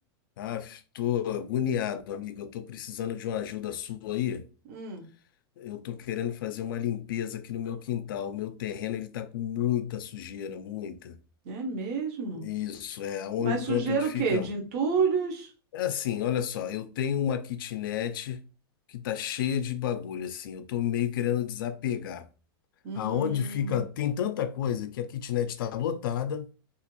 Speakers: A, on the left; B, on the right.
A: Ah, tô agoniado, amiga. Eu tô precisando de uma ajuda sua aí.
B: Hum,
A: Eu tô querendo fazer uma limpeza aqui no meu quintal. O meu terreno, ele tá com muita sujeira, muita.
B: é mesmo?
A: Isso, é um
B: Mas
A: canto
B: sujeira
A: onde fica...
B: o quê? De entulhos?
A: É assim, olha só. Eu tenho uma kitnet que tá cheia de bagulho, assim. Eu tô meio querendo desapegar.
B: Hum,
A: Aonde fica... Tem tanta coisa que a kitnet tá lotada.